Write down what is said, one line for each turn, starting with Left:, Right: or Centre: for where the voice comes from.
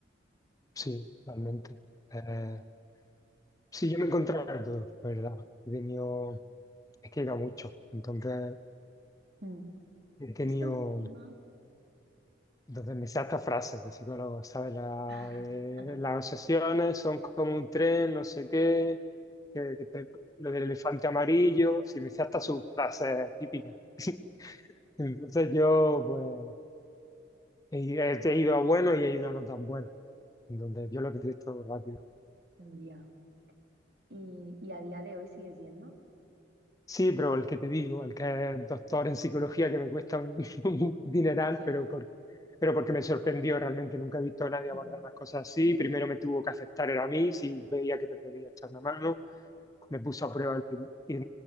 Left: sí, totalmente. Eh, sí, yo me he encontrado de todo, la ¿verdad? He tenido, es que he ido a mucho, entonces
Right: Mm.
Left: he tenido...
Right: Es que encima,
Left: Entonces me sé hasta frases de psicólogos, ¿sabes? La
Right: <laughs>
Left: de, las obsesiones son como un tren, no sé qué, que- que te- lo del elefante amarillo, sí, me sé hasta sus frases típicas. <laughs> Entonces yo, pues, he, he ido a buenos y he ido a no tan buenos. Entonces yo lo he visto rápido.
Right: ya, y, y a día de hoy sigues yendo.
Left: Sí, pero el que te digo, el que es doctor en psicología, que me cuesta un, <laughs> un dineral,
Right: Ya,
Left: pero, por- pero porque me sorprendió realmente. Nunca he visto a nadie
Right: Mm.
Left: abordar las cosas así. Primero me tuvo que aceptar, era a mí, si veía que me podía echar una mano. Me puso a prueba el prim- y,